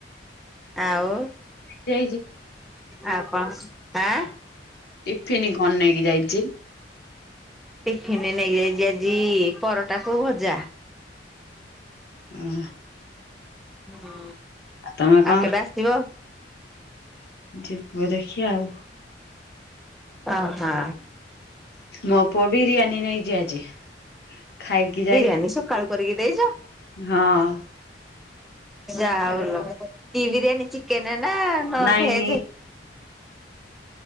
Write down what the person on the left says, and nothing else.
ଯାଇଛି
ଟିଫିନ କଣ ନେଇକି ଯାଇଚି?
ହଁ
ହଁ ତମେ
କଣ?
ଯିବୁ ଦେଖି ଆଉ।
ମୋ ପୁଅ ବିରିୟାନୀ ନେଇଚି ଆଜି। ଖାଇକି ଯାଇ
ହଁ
ନାଇଁ